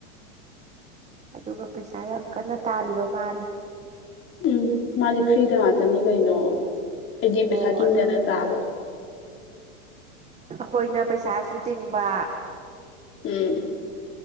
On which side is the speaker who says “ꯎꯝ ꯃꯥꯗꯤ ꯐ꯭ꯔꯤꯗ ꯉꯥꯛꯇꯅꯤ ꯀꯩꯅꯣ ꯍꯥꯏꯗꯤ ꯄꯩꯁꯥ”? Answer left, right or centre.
Left